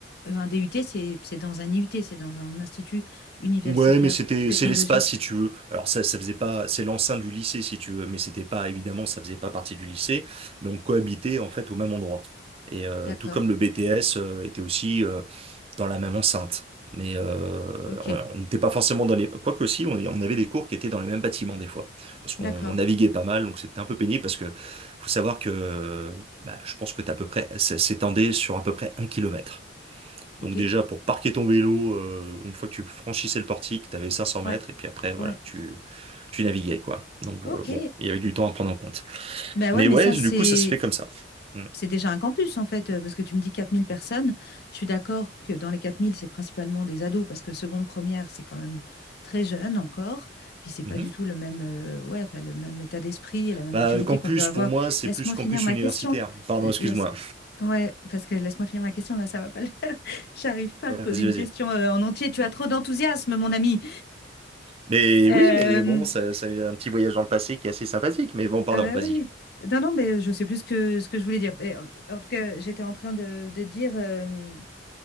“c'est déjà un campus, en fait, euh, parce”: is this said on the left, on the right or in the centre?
Left